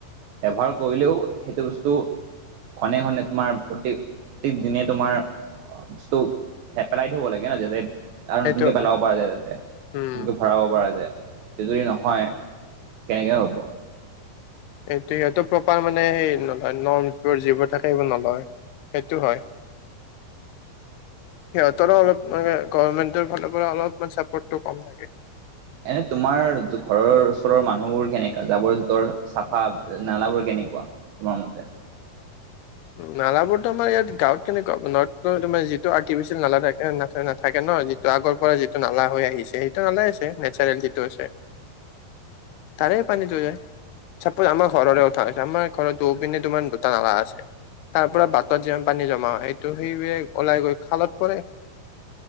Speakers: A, on the right; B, on the left.
A: ব্যৱহাৰ কৰিলেও সেইটো বস্তু ঘনে ঘনে তোমাৰ প্ৰতি প্ৰতীক দিনে তোমাৰ অঁ বস্তু হে পেলাই থ'ব লাগে ন, যাতে আৰু
B: সেইটো
A: নতুনকে পেলাব
B: হয়
A: পৰা যায়, তাতে নতুনকে
B: উম
A: ভৰাব পৰা যায়। এই যদি নহয়, কেনেকৈ হ'ব?
B: এইটো সিহঁত প্ৰপাৰ মানে নলয় নৰ্ম যিবোৰ থাকে সেইবোৰ নলয় সেইটো হয়। সিহঁতৰো অলপ মানে গভমেণ্টৰ ফালৰ পৰা অলপ চাপৰ্টটো কম থাকে।
A: এনে তোমাৰ ঘৰৰ ওচৰৰ মানুহবোৰ কেনেকুৱা জাবৰ জোথৰ চাফা নালাবোৰ কেনেকুৱা? তোমাৰ মতে?
B: নালাবোৰতো আমাৰ ইয়াত গাঁৱত তেনেকুৱা ন তোমাৰ যিটো আৰ্টিফিচিয়েল নালা থাকে না নাথাকে ন। ত আগৰ পৰা যিটো নালা হৈ আহিছে, সেইটো নালাই আছে নেচাৰেল যিটো আছে। তাৰে পানীটো যায়। চাপোজ আমাৰ ঘৰৰে উঠা আছে আমাৰ ঘৰত দৌৰ পিনে তোৰ দুটা নালা আছে। তাৰ পৰা বাটত যিমান পানী জমা হয়, সেইটো সেইবোৰে ওলাই গৈ খালত পৰে।